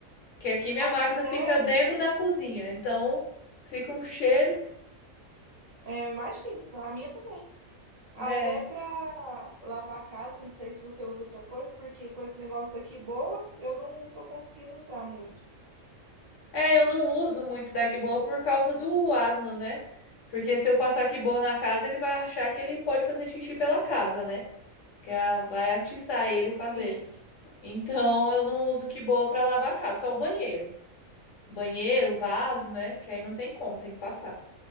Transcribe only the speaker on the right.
a-
até,
é, eu imagino, a minha também. Até
pra lavar a casa, não sei se você usa outra coisa, porque com esse negócio daqui boa, eu não tô conseguindo usar muito.
Sim,